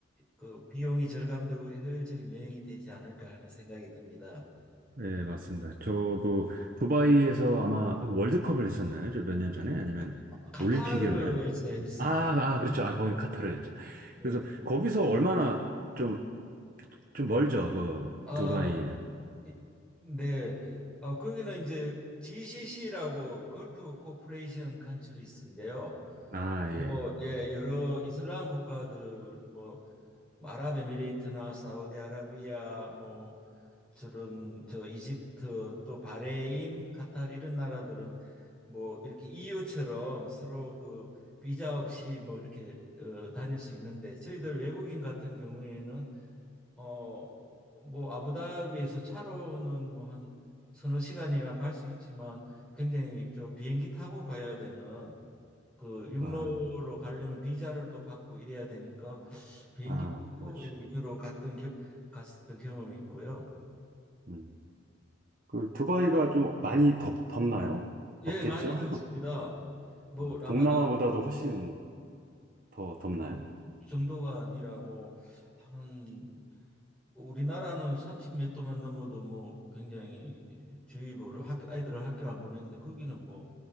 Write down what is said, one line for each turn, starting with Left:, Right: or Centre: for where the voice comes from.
Centre: 그 비용이 절감되고 효율적인 여행이 되지 않을까 하는 생각이 듭니다.
Right: 네, 맞습니다. 저도 두바이에서 아마 월드컵을 했었나요? 저 몇 년 전에? 아니면
Centre: 카타르에서
Right: 올림픽이었나요?
Centre: 했습니다.
Right: 아, 아, 그렇죠. 아, 거기 카타르였죠.
Centre: 네.
Right: 그래서 거기서 얼마나 좀, 좀 멀죠, 그
Centre: 아,
Right: 두바이는.
Centre: 이- 네. 어, 거기는 이제 GCC라고 걸프 코퍼레이션 컨트리스인데요.
Right: 아, 예.
Centre: 뭐, 음, 예, 여러 이슬람 국가들, 뭐, 뭐 아랍에미레이트나 사우디아라비아, 뭐, 저런, 저, 이집트, 또 바레인, 카타르 이런 나라들은 뭐, 이렇게 EU처럼 서로 그 비자 없이 뭐, 이렇게 어, 다닐 수 있는데, 저희들 외국인 같은 경우에는 어 뭐 아부다비에서 차로는 뭐 한 서너 시간이나 갈 수 있지만 굉장히 저 비행기 타고 가야 되는 그 육로로
Right: 아,
Centre: 가려면 비자를 또 받고 이래야 되니까 비행기
Right: 아, 그렇죠.
Centre: 타고 이렇게 주로 갔던 겨, 갔었던 경험이 있고요.
Right: 음. 그 두바이가 좀 많이 덥, 덥나요?
Centre: 예,
Right: 덥겠죠?
Centre: 많이 듣습니다. 뭐
Right: 아,
Centre: 라마단
Right: 동남아보다도 훨씬 더 덥나요?
Centre: 정도가 아니라 뭐 한 우리나라는 삼십 몇 도만 넘어도 뭐 굉장히 주의보를 학 아이들을 학교 안 보내는데 거기는 뭐